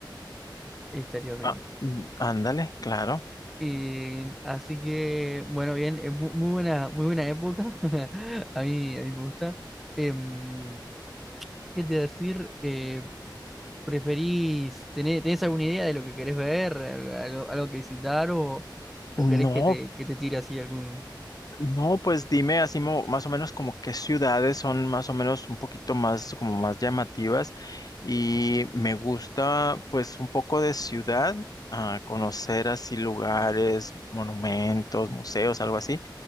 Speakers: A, in the centre; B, on the left.
A: estarías acá.
B: Ah, mm, ándale, claro.
A: Y así que, bueno, bien, es mu- muy buena, muy buena época. <laughs> A mí, a mí me gusta. Em, ¿qué te iba a decir? Eh, ¿Preferís, tener, tenés alguna idea de lo que querés ver, al- algo, algo que visitar o, o
B: No,
A: querés que te, que te tire así algún...
B: No, pues dime así mo- más o menos como qué ciudades son más o menos un poquito más como más llamativas y me gusta pues un poco de ciudad, ah, conocer así lugares, monumentos, museos, algo así,